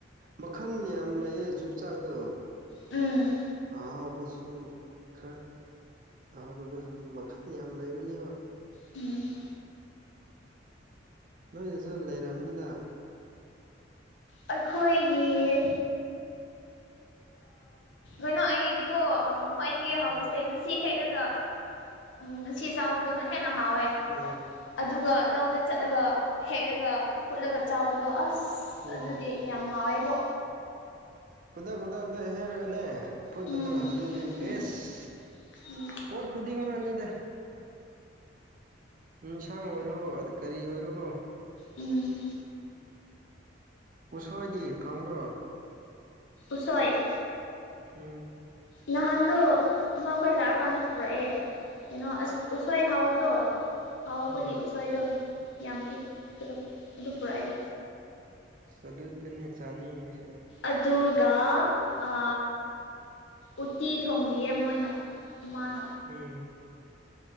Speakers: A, on the right; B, on the left.
A: ꯃꯈꯜ ꯌꯥꯝ ꯂꯩꯑ ꯆꯨ ꯆꯥꯛꯗꯣ
B: ꯎꯝ
A: ꯑꯍꯥꯎꯕꯁꯨ ꯈꯔ ꯑꯍꯥꯎꯗꯕꯁꯨ ꯃꯈꯟ ꯌꯥꯝ ꯂꯩꯕꯅꯦꯕ
B: ꯎꯝ
A: ꯅꯣꯏꯁꯤꯁꯨ ꯂꯩꯔꯕꯅꯤꯗ
B: ꯑꯩꯈꯣꯏꯒꯤ ꯑ ꯅ ꯑꯩꯒꯤ ꯏꯗꯤꯀꯣ ꯈ꯭ꯋꯥꯏꯗꯒꯤ ꯍꯥꯎꯕꯁꯦ
A: ꯎꯝ
B: ꯉꯁꯤ ꯍꯦꯛꯂꯒ ꯎꯝ ꯑꯁꯤ ꯆꯥꯎꯕꯗꯅ ꯍꯦꯟꯅ ꯍꯥꯎꯋꯦ
A: ꯎꯝ
B: ꯑꯗꯨꯒ ꯂꯧꯗ ꯆꯠꯂꯒ ꯍꯦꯛꯔꯒ ꯐꯨꯠꯂꯒ ꯆ ꯆꯥꯎꯕꯗꯣ ꯑꯁ
A: ꯎꯝ
B: ꯑꯗꯨꯗꯤ ꯌꯥꯝ ꯉꯥꯎꯋꯦꯕꯣ
A: ꯈꯨꯗꯛ ꯈꯨꯗꯛꯇ ꯍꯦꯛꯔꯒꯅꯦ ꯐꯨꯠꯕꯗꯣ
B: ꯎꯝ
A: ꯑꯗꯨꯅꯦ
B: ꯎꯝ
A: ꯕꯦꯁ
B: ꯎꯝ
A: ꯍꯣꯏꯈ ꯈꯨꯗꯤ ꯅꯤꯗ ꯅꯨꯡꯁꯥꯡ ꯑꯣꯏꯔꯣ ꯑꯗ ꯀꯔꯤ ꯑꯣꯏꯔꯣꯀꯣ
B: ꯎꯝ
A: ꯎꯁꯣꯏꯗꯤ ꯐꯪꯕ꯭ꯔꯣ
B: ꯁꯣꯏ
A: ꯎꯝ
B: ꯅꯍꯥꯟꯗꯣ ꯏꯃꯥꯈꯣꯏ ꯂꯥꯛꯑꯀꯥꯟꯗ ꯄꯨꯔꯛꯑꯦ ꯀꯩꯅꯣ ꯑꯁ ꯎꯁꯣꯏ ꯍꯥꯎꯗꯣ ꯍꯥꯎꯕꯒꯤ
A: ꯎꯝ
B: ꯎꯁꯣꯏꯗꯣ ꯌꯥꯝ ꯄꯤ ꯑꯗꯣ ꯑꯗꯨ ꯄꯨꯔꯛꯑ
A: ꯁ ꯑꯗꯨꯗꯅꯤ ꯆꯥꯅꯤꯡꯉꯤꯁꯦ
B: ꯑꯗꯨꯒ ꯑ ꯎꯠꯇꯤ ꯊꯣꯡꯕꯤꯌꯦ ꯃꯣꯏꯅ ꯃꯥꯅ
A: ꯎꯝ